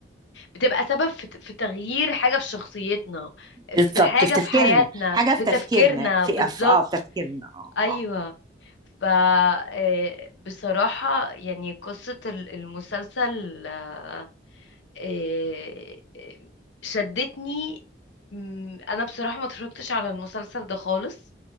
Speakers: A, on the left; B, on the right.
A: بتبقى سبب في ت- في تغيير حاجة في شخصيتنا
B: بالظبط
A: في حاجة
B: في تفكيرنا
A: في حياتنا
B: حاجه
A: في
B: في تفكيرنا
A: تفكيرنا
B: في
A: بالظبط
B: أف... اه في تفكيرنا اه
A: أيوة
B: اه
A: ف آه، بصراحة يعني قصة ال- المسلسل آه، آه، آه، شدتني مم، انا بصراحة ما اتفرجتش على المسلسل ده خالص